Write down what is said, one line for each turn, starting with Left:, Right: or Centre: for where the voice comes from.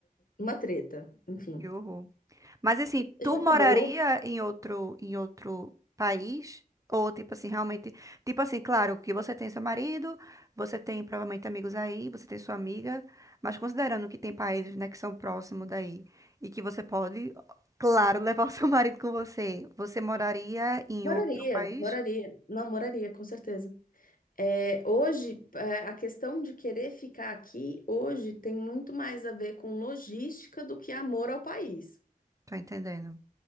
Left: uma treta, enfim.
Right: Que horror. Mas assim,
Left: Já
Right: tu moraria
Left: acabou.
Right: em outro em outro país? Ou tipo assim, realmente, tipo assim, claro que você tem seu marido, você tem provavelmente amigos aí, você tem sua amiga, mas considerando que tem países, né, que são próximos daí e que você pode, claro, <laughs> levar o seu marido com você, você moraria em
Left: Moraria,
Right: outro país?
Left: moraria. Não, moraria, com certeza. É, hoje, é, a questão de querer ficar aqui hoje tem muito mais a ver com logística do que amor ao país.
Right: Tô entendendo.